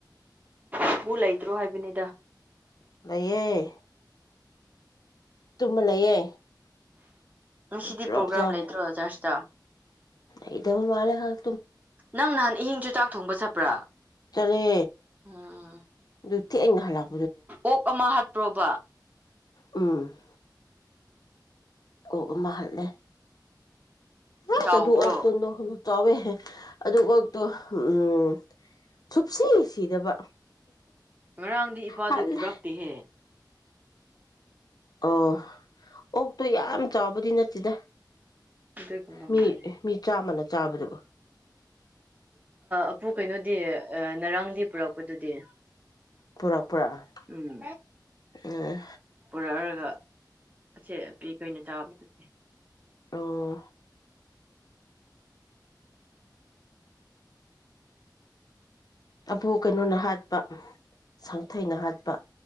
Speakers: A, on the right (about 20°); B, on the left (about 55°).
A: ꯑꯄꯨ ꯂꯩꯇ꯭ꯔꯣ ꯍꯥꯏꯕꯅꯤꯗ
B: ꯅꯩꯌꯦ ꯇꯨꯝꯃ ꯂꯩꯌꯦ
A: ꯉꯁꯤꯗꯤ
B: ꯇꯣꯂꯣꯞ
A: ꯄ꯭ꯔꯣꯒ꯭ꯔꯥꯝ
B: ꯆꯥ
A: ꯂꯩꯇ꯭ꯔꯣ ꯆꯔꯁꯇ
B: ꯂꯩꯇꯕ ꯃꯥꯜꯂꯦ ꯍꯪ
A: ꯅꯪ ꯅꯍꯥꯟ ꯏꯍꯤꯡꯁꯨ ꯆꯥꯛ ꯊꯣꯡꯕ ꯆꯠꯄ꯭ꯔꯥ
B: ꯆꯂꯦ
A: ꯎꯝ
B: ꯗꯨꯠ ꯊꯦꯡꯅ ꯍꯂꯛ
A: ꯑꯣꯛ ꯑꯃ ꯍꯥꯠ ꯄꯔꯣꯕ
B: ꯎꯝ ꯑꯣꯛ ꯑꯃ ꯍꯠꯂꯦ
A: ꯆꯥꯎꯕ꯭ꯔꯣ
B: ꯑꯁ ꯑꯗꯨ ꯑꯣꯛ ꯇꯨ ꯅꯣ ꯍ <unintelligible> ꯆꯥꯎꯋꯦ ꯑꯗꯨ ꯑꯣꯛꯇꯣ ꯎꯝ ꯁꯨꯞꯁꯤ ꯁꯤꯗꯕ
A: ꯉꯔꯥꯡꯗꯤ ꯏꯄꯥꯗꯨ
B: ꯍꯠꯂꯦ
A: ꯄꯨꯔꯛꯇꯦꯍꯦ
B: ꯑꯣ ꯑꯣꯛꯇꯣ ꯌꯥꯝ ꯆꯥꯎꯕꯗꯤ ꯅꯠꯇꯦꯗ
A: ꯑꯗꯨꯒꯨꯝꯕ
B: ꯃꯤ
A: ꯃꯥꯜꯂꯦ
B: ꯃꯤ ꯆꯥ ꯃꯅꯥ ꯆꯥꯕꯗꯕ
A: ꯑꯄꯨ ꯀꯩꯅꯣꯗꯤ ꯉꯔꯥꯡꯗꯤ ꯄꯨꯔꯛꯄꯗꯨꯗꯤ
B: ꯄꯨꯔꯛꯄ꯭ꯔꯥ
A: ꯎꯝ
B: ꯎꯝ
A: ꯄꯨꯔꯛꯔꯒ ꯑꯁꯦꯄꯤ ꯀꯩꯅ ꯆꯥꯕꯗꯨꯗꯤ
B: ꯑꯣ ꯑꯕꯣ ꯀꯩꯅꯣꯅ ꯍꯥꯠꯄ ꯁꯪꯊꯩꯅ ꯍꯥꯠꯄ